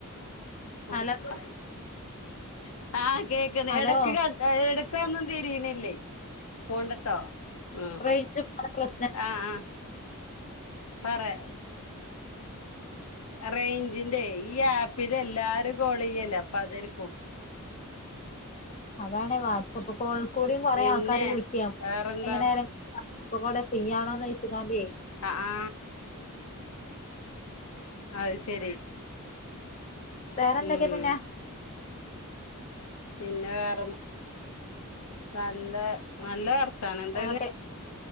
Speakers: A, on the left; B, on the left.
A: <unintelligible>
B: ഹലോ
A: ആഹ് കേക്കണ്
B: ഹലോ
A: എടക്ക് കട്ട്‌ എലർക്കും ഒന്നും തിരിനില്യേ പോണ്ട്ട്ടോ? ആഹ്
B: റേഞ്ച് പ്രശ്ന
A: ആ ആ പറയ റേഞ്ചിന്റെ ഈ ആപ്പിൽ എല്ലാരും കോള് ചെയ്യല്ലേ അപ്പൊ അതേരിക്കും.
B: അതാണ് വാട്സആപ്പ് കോളിൽ കൂടിം കുറെേ
A: പിന്നെ
B: ആൾക്കാര് വിളിക്ക
A: വേറെന്താ
B: വൈന്നേരം. ഇപ്പൊ കൂടെ ഫ്രീ ആണോന്നോയ്ച്ഗാന്ദ്യേ.
A: ആഹ് ആ. അത് ശരി.
B: വേറെ എന്തൊക്കെ
A: ഉം
B: പിന്നെ?
A: പിന്നെ വേറെ നല്ല നല്ല വർതാനം <unintelligible> തന്നെ
B: എങ്ങട്ട്